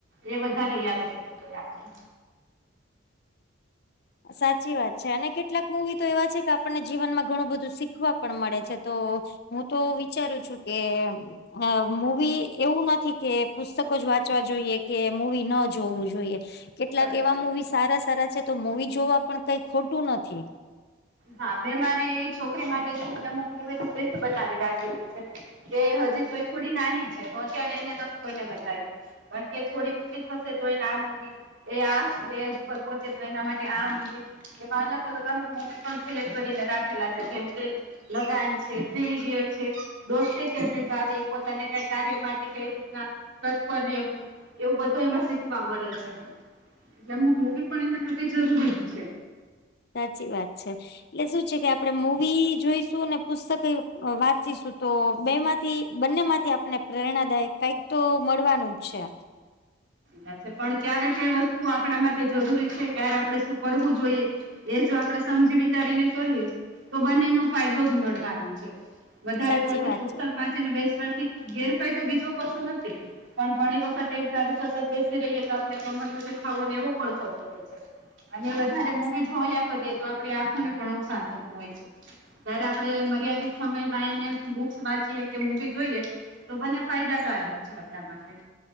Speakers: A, on the right; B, on the left.
A: એ વધારે યાદ રહેતું હોય આપણે
B: સાચી વાત છે અને કેટલાક મૂવી તો એવા છે કે આપણને જીવનમાં ઘણું બધું શીખવા પણ મળે છે તો હું તો વિચારું છું કે અ મૂવી એવું નથી કે પુસ્તકો જ વાંચવા જોઈએ કે મૂવી ન જોવું જોઈએ કેટલાક
A: સાચી
B: એવા
A: વાત
B: મુવી
A: છે.
B: સારા સારા છે તો મુવી જોવા પણ કઈ ખોટું નથી.
A: હા મેં મારી છોકરી માટે છેને અમુક મુવી લિસ્ટ બનાવી રાખેલું છે. એ હજી તોય થોડી નાની છે તો અત્યારે એને કોઈને બતાવી બાકી થોડી મોટી થશે તો એને આ મુવી એ આજ એજ ઉપર પહોંચે તો એના માટે આ મુવી જેવા અલગ અલગ અમે મુવી પણ સિલેક્ટ કરીને રાખેલા છે જેમ કે લગાન છે, થ્રી ઇડિયટ છે, દોસ્તી કેમ નિભાવી પોતાને કઈ કાર્ય માટે કઈ રીતના તત્પર રહેવું એવું બધું એમાં શીખવા મળે છે. એટલેમ મુવી પણ એના માટે જરૂરી જ છે.
B: સાચી વાત છે. એટલે શું છે કે આપણે મૂવી જોઈશું અને પુસ્તકે વાંચીશું તો બે માંથી બંને માંથી આપણે પ્રેરણાદાયક કંઈક તો મળવાનું જ છે.
A: વા છે પણ ક્યારે કઈ વસ્તુ આપણા માટે જરૂરી છે ક્યારે આપડે શું કરવું જોઈએ એ જો આપણેે સમજી વિચારીને કરીએ તો બંનેનો ફાયદો જ મળવાનો છે. વધારે
B: સાચી
A: પડતી
B: વાત
A: પુસ્તક
B: છે
A: વા ચીને બેસવાથી ગેરફાયદો બીજો કશો નથી પણ ઘણી વખત એક ધારુ સ બેસી રહીએ તો આપણે કમર નો દુખાવો એવો પણ થતું હોય છે. અને વધારે
B: હા
A: મુવી જોયા કરીએ તો આપણી આંખોને પણ નુકસાન થતું હોય છે. જયારે આપડે મર્યાદિત સમયમાં એને બુક્સ વાંચીએ કે મુવી જોઈએ તો બને ફાયદાકારક છે આપણા માટે.